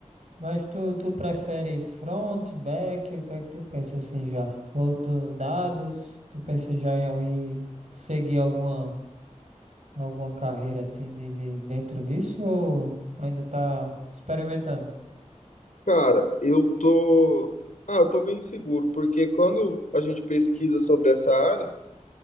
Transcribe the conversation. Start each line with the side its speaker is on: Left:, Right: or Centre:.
Right: Mas tu, tu prefere front, back? O que é que tu pensa assim já? Ou tu, dados? Tu pensa já em, em seguir alguma, alguma carreira assim de, de dentro disso? Ou ainda tá experimentando?
Left: Cara, eu tô. Ah, eu tô meio inseguro, porque quando a gente pesquisa sobre essa área,